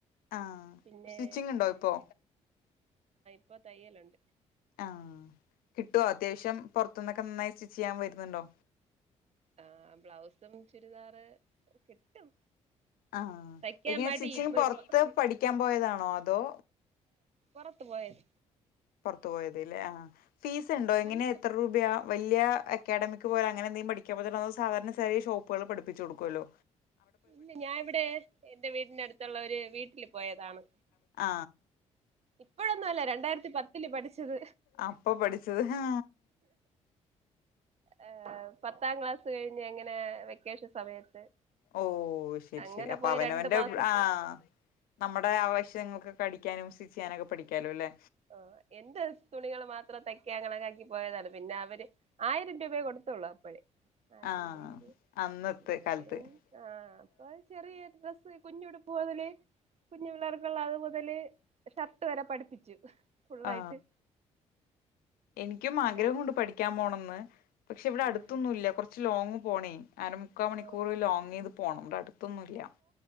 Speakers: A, on the left; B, on the right.
A: ആ
B: പിന്നെ
A: സ്റ്റിച്ചിങ് ഉണ്ടോ ഇപ്പോ?
B: പ്പ തയ്യലുണ്ട്
A: ആ കിട്ടുവൊ അത്യാവശ്യം പൊറത്തുന്നൊക്കെ നന്നായി സ്റ്റിച്ച് ചെയ്യാൻ വരുന്നുണ്ടോ?
B: ആ ബ്ലൗസും, ചുരിദാറ് കിട്ടും
A: ആ
B: തയ്ക്കാൻ
A: എങ്ങനെ
B: മടി
A: സ്റ്റിച്ചിങ്ങ്
B: ഇപ്പൊ
A: പൊറത്ത്
B: ഇപ്പൊ
A: പഠിക്കാൻ പോയതാണോ അതോ
B: പൊറത്തു പോയത്
A: പുറത്തു പോയതലേ ആ ഫീസ് ഉണ്ടോ എങ്ങനെ
B: പണ്ട്
A: എത്ര രൂപയാ? വല്യ അക്കാഡമിക് പോല അങ്ങനെ എന്തെങ്കിലും പഠിക്കാൻ പോയതാണോ അതോ സാധാരണ ചെല ഷോപ്പുകളിൽ പഠപ്പിച്ചു കൊടുക്കോലൊ
B: ഇല്ല ഞാാനിവിടെ എന്റെ വീടിന്റെ അടുത്തുള്ള ഒരു വീട്ടില് പോയതാണ്.
A: ആ
B: ഇപ്പഴൊന്നും അല്ല രണ്ടായിരത്തി പത്തില്ല് പഠിച്ചത്
A: അപ്പ പഠിച്ചത് ആ
B: ഏ പത്താം ക്ലാസ് കഴിഞ്ഞ് എങ്ങനെ വെക്കേഷൻ സമയത്ത്
A: ഓ ശരി
B: അങ്ങനെ
A: ശരി അപ്പൊ
B: പോയി
A: അവനവന്റെ
B: രണ്ടു മാസത്തെ
A: ആ നമ്മുടെ ആവശ്യങ്ങക്കൊക്കെ പഠിക്കാനും സ്റ്റിച്ച് ചെയ്യാനൊക്കെ പഠിക്കാലോ അല്ലെ.
B: ആ എന്റെ തുണികള് മാത്രം തയ്ക്ക കണക്കാക്കി പോയതാണ് പിന്നെ അവര് ആയിരം രൂപയെ കൊടുത്തുള്ളൂ അപ്പഴേ ആയിരം
A: ആഹ്
B: രൂപക്ക്
A: അന്നത്തെ
B: അവര്
A: കാലത്ത് ആഹ്
B: ആ ഇപ്പൊ ചെറിയ ഡ്രസ്സ് കുഞ്ഞുടുപ്പ് മുതല് കുഞ്ഞു പിള്ളേർക്കുള്ള അത് മുതല് ഷർട്ട് വരെ പഠിപ്പിച്ചു. ഫുള്ളായിട്ട്
A: ആ എനിക്കും
B: പിന്നെ
A: ആഗ്രഹം
B: അതിൽ
A: ഉണ്ട് പഠിക്കാൻ പോണംന്ന്. പക്ഷെ ഇവിടെ
B: ഉം
A: അടുത്തൊന്നും ഇല്ല കൊറച്ച് ലോങ് പോണേ അരമുക്കാ മണിക്കൂർ
B: ഓഹ് ഓഹ്
A: ലോങ് ചെയ്ത് പോണം ഇവിടെ അട് ത്തൊന്നില്ല